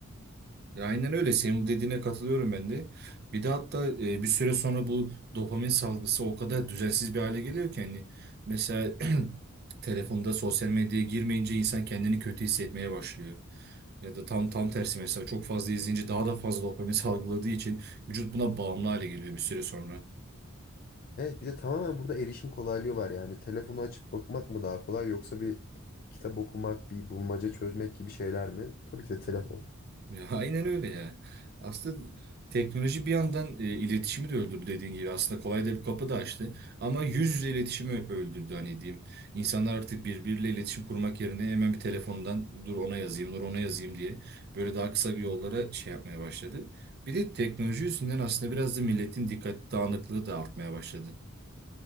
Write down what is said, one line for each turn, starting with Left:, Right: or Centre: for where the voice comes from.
Right: Ya aynen öyle. Senin bu dediğine katılıyorum ben de. Bir de hatta e, bir süre sonra bu dopamin salgısı o kadar düzensiz bir hale geliyor ki hani mesela <clears throat> telefonda sosyal medyaya girmeyince insan kendini kötü hissetmeye başlıyor. Ya da tam tam tersi mesela çok fazla izleyince daha da fazla dopamin <laughs> salgıladığı için vücut buna bağımlı hale geliyor bir süre sonra.
Left: Evet bir de tamamen burada erişim kolaylığı var yani. Telefonu açıp bakmak mı daha kolay yoksa bir kitap okumak, bir bulmaca çözmek gibi şeyler mi? Tabii ki de telefon.
Right: Ya <laughs> aynen öyle ya. Aslında teknoloji bir yandan e, iletişimi de öldürdü dediğin gibi. Aslında kolay da bir kapı da açtı. Ama yüz yüze iletişimi öldürdü hani diyeyim. İnsanlar artık birbiriyle iletişim kurmak yerine hemen bir telefondan dur ona yazayım, dur ona yazayım diye böyle daha kısa bir yollara şey yapmaya başladı. Bir de teknoloji yüzünden aslında biraz da milletin dikkat dağınıklığı da artmaya başladı.